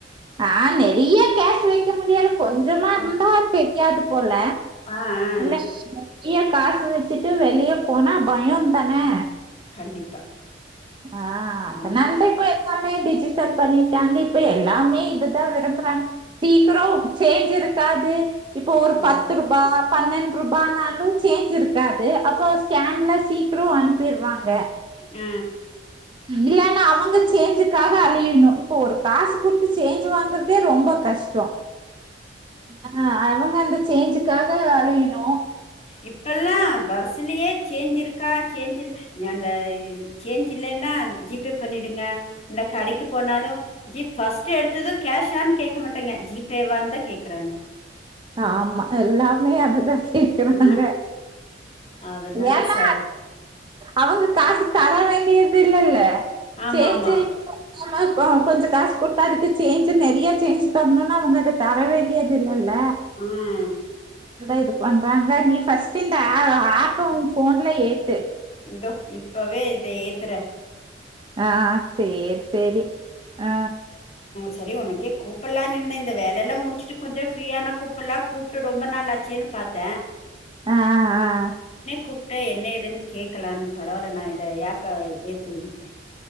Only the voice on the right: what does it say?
ஆ நெறைய கேஸ் வைக்க முடியாது கொஞ்சம
இருந்தா தெ யாது போல
இல்ல <inaudible> காசு வச்சுட்டு வெளிய போனா பயம் தானே
ஆ <unintelligible>
எல்லாமே டிஜிட்டல் பண்ணிட்டாங்க இப்ப எல்லாமே இதுதான் விரும்புறாங்க சீக்கிரம் சேஞ்ச் இருக்காது இப்போ ஒரு
பத்து ரூபா பன்னண்டு ரூபானாலும் சேஞ்ச் இருக்காது அப்பறம் ஸ்கேன்லாம் சீக்கிரம் அனுப்பிடுவாங்க
இல்லனா அவுங்க சேஞ்சுக்காக அலயினும் ஒரு காசு கொடுத்து சேஞ்ச் வாங்குறதே ரொம்ப கஷ்டம் ஆஆ அவுங்க அந்த சேஞ்சுக்காக அலயினும்
ஆமா எல்லாமே அதுதான் இருக்கிறாங்வக
ஏன்னா
அவங்க காசு தரவே ரியது துல்லல்ல
சேரி
சேரிப்ப ஆமா கொஞ்சம் காசு கொடுத்தா அதுக்கு சேஞ்சு நெறைய சேஞ்ச் தருண்னா அவுங்க அத தர வேண்டியது இல்லல்ல
அதான் இது பண்றாங்க நீ ஃபர்ஸ்ட் இந்த ஆப்ப உங்க போன்ல ஏத்து
ஆஹ சேரி சேரி ஆ
ஆஹ் ஆஹ் ஆஹ் ஆஹ்